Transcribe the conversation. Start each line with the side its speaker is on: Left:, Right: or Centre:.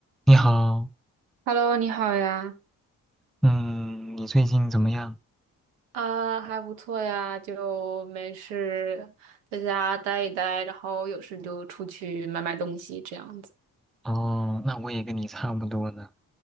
Centre: 你好，
Right: Hello，你好呀。
Centre: 嗯，你最近怎么样？
Right: 啊，还不错呀，就没事在家待一待，然后有事就出去买买东西这样子。
Centre: 哦，那我也跟你差不多呢，